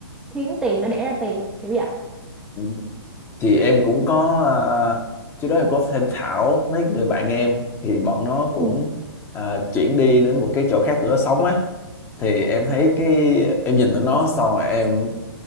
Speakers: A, in the centre; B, on the left.
A: khiến tiền nó đẻ ra tiền kiểu vậy
B: ừ. thì em cũng có ờ, trước đó em có tham khảo mấy người bạn em thì bọn nó cũng
A: ừ
B: ờ, chuyển đi đến một cái chỗ khác tụi nó sống á thì em thấy cái em nhìn tụi nó xong rồi em